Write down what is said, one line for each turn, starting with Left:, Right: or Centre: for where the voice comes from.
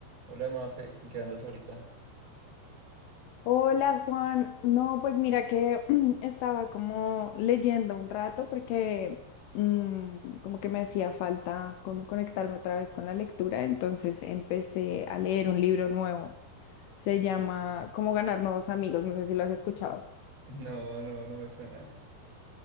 Right: Hola, Mafe, ¿en ¿qué andas ahorita?
Left: Hola Juan, no, pues mira que <clears throat> estaba como leyendo un rato porque mm, como que me hacía falta como conectarme otra vez con la lectura, entonces empecé a leer un libro nuevo, se llama Cómo ganar nuevos amigos, no sé si lo has escuchado.
Right: No, no, no me suena.